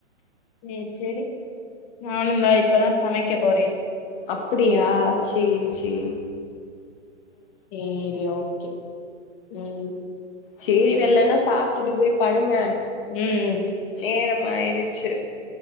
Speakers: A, on the left; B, on the left.
A: ச் செரி நானும்ந்தா இப்பதான் சமைக்க போறேன்
B: அப்படியா செரி செரி
A: செரி ஓகே உம்
B: சரி வெள்ளைன்னா சாப்பிட்டுட்டு போய் படுங்க
A: ம்
B: நேரம் ஆயிடுச்சு